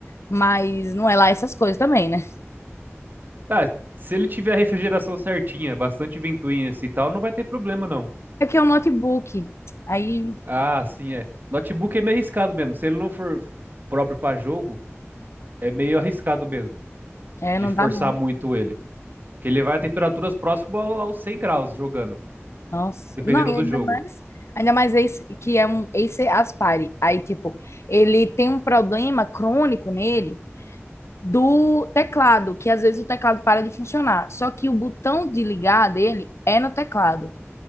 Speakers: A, on the left; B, on the right.
A: mas não é lá essas coisas também, né?
B: Ah, se ele tiver a refrigeração certinha, bastante ventoinha assim e tal, não vai ter problema não.
A: Aqui é um notebook, aí
B: Ah, sim, é. Notebook é meio arriscado mesmo. Se ele não for próprio pra jogo, é meio arriscado mesmo
A: é,
B: de
A: não
B: forçar
A: dá não.
B: muito ele. Que ele vai a temperaturas próximas ao- aos 100 graus jogando,
A: Nossa,
B: dependendo
A: não, e ainda
B: do jogo.
A: mais, ainda mais esse que é um Acer Aspire. Aí, tipo, ele tem um problema crônico nele do teclado, que às vezes o teclado para de funcionar. Só que o botão de ligar dele é no teclado.